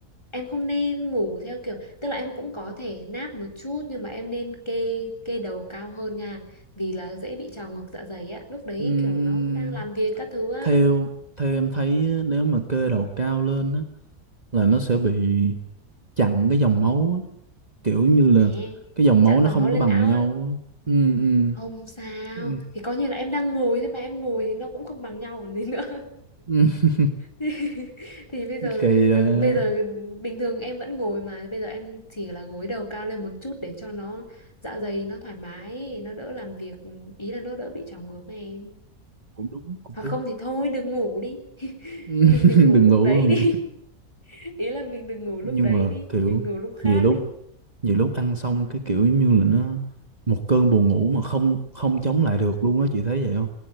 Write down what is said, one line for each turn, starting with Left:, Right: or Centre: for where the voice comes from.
Left: em không nên ngủ theo kiểu tức là em cũng có thể náp một chút nhưng mà em nên kê kê đầu cao hơn nha vì là dễ bị trào ngược dạ dày á lúc đấy
Right: Ừm,
Left: kiểu nó đang làm việc các thứ á
Right: theo theo em thấy á, nếu mà cơ đầu cao lên á là nó sẽ bị chặn cái dòng máu á, kiểu như
Left: thế
Right: là cái dòng máu
Left: chặn
Right: nó
Left: dòng
Right: không
Left: máu lên
Right: có bằng
Left: não
Right: nhau
Left: á
Right: á. ừ ừ
Left: không sao
Right: ừ
Left: thì coi như là em đang ngồi thế mà em ngồi thì nó cũng không bằng nhau còn gì nữa
Right: ừ.
Left: thì, <laughs> thì bây
Right: Với
Left: giờ
Right: kỳ à,
Left: ừ, bây giờ bình thường em vẫn ngồi mà bây giờ em chỉ là gối đầu cao lên một chút để cho nó dạ dày nó thoải mái nó đỡ làm việc ý là nó đỡ bị trào ngược này em
Right: cũng đúng cũng
Left: hoặc
Right: đúng
Left: không thì thôi đừng ngủ đi <laughs>
Right: Ừ,
Left: mình
Right: <laughs>
Left: đừng ngủ
Right: đừng
Left: lúc
Right: ngủ
Left: đấy
Right: luôn
Left: đi <laughs> ý là mình đừng ngủ
Right: nhưng
Left: lúc đấy
Right: mà
Left: đi
Right: kiểu
Left: mình ngủ lúc khác
Right: nhiều lúc
Left: đi
Right: nhiều lúc ăn xong cái kiểu giống như là nó một cơn buồn ngủ mà không không chống lại được luôn á chị thấy vậy không